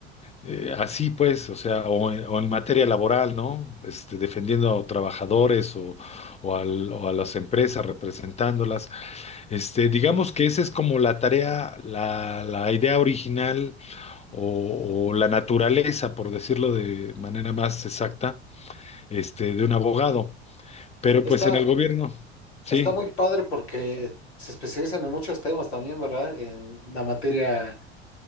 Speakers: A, on the left; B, on the left.
A: eh, así pues, o sea, o en, o en materia laboral, ¿no? Este, defendiendo a trabajadores o, o al- o a las empresas, representándolas. Este, digamos que esa es como la tarea, la, la idea original o, o la naturaleza, por decirlo de manera más exacta, este, de un abogado. Pero
B: Está,
A: pues en el gobierno, sí,
B: está muy padre porque se especializan en muchos temas también, ¿verdad? En la materia